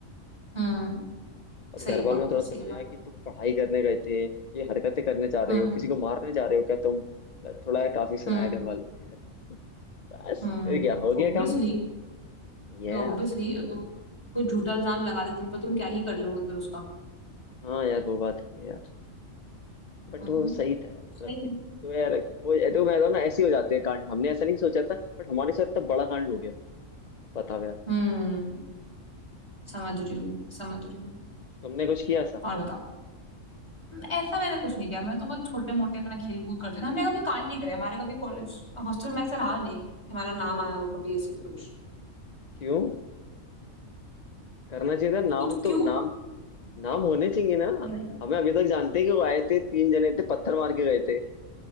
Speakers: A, on the left; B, on the left.
A: हम्म
B: बस
A: सही
B: घर
A: बात
B: वालों ने थोड़ा
A: है सही
B: सुनाया
A: बात
B: कि तुम पढ़ाई करने गए थे ये हरकतें करने जा रहे
A: हम्म
B: हो किसी को मारने जा रहे हो क्या तुम थोड़ा काफी सुनाया
A: हम्म
B: घर वालों ने यार बस
A: हम्म
B: फिर क्या हो गया
A: ऑब्वियसली
B: काम यस
A: ऑब्वियसली अगर वो कोई झूठा इल्जाम लगा दे तुम पे तुम क्या ही कर लोगे फिर उसका
B: हाँ यार वो बात है यार बट
A: हम्म
B: वो सही था यार
A: सही
B: मतलब
A: है।
B: तो यार वो ये तो मैं तो ना ऐसे ही हो जाते हैं कांड हमने ऐसा नहीं सोचा था बट हमारे साथ इतना बड़ा कांड हो गया बताओ यार
A: हम्म समझ रही हूँ मैं, समझ रही हूँ मैं।
B: तुमने कुछ किया ऐसा
A: और बताओ ऐसा मैंने कुछ नहीं किया मैं तो बहुत छोटे मोटे अपना खेल कूद करते थे हमने कभी कांड नहीं करे हमारे कभी कॉलेज हॉस्टल में ऐसा रहा नहीं कि हमारा नाम आया हो कभी ऐसे कुछ
B: क्यों करना चाहिए था नाम
A: कुछ
B: तो
A: क्यों
B: नाम नाम होने चाहिए ना
A: नहीं
B: हमें अभी तक जानते हैं कि वो आए थे तीन जने थे पत्थर मार के गए